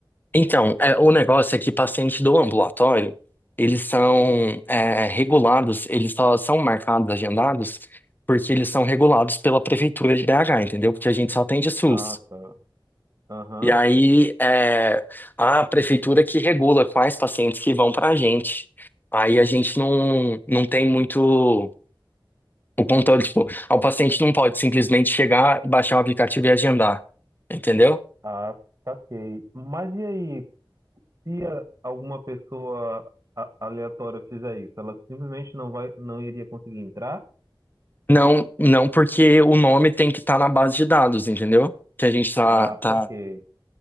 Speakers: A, on the left; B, on the right.
A: Então, é, o negócio é que pacientes do ambulatório, eles são é, regulados, eles só são marcados, agendados, porque eles são regulados pela prefeitura de BH, entendeu? Porque a gente só atende SUS.
B: Ah, tá. Aham.
A: E aí é a prefeitura que regula quais pacientes que vão para a gente. Aí a gente não, não tem muito. O controle, tipo, ah, o paciente não pode simplesmente chegar, baixar o aplicativo e agendar, entendeu?
B: Ah, saquei. Mas e aí, se a- alguma pessoa a- aleatória fizer isso, ela simplesmente não vai, não iria conseguir entrar?
A: Não, não porque o nome tem que estar na base de dados, entendeu? Que a gente tá,
B: Ah,
A: tá,
B: saquei.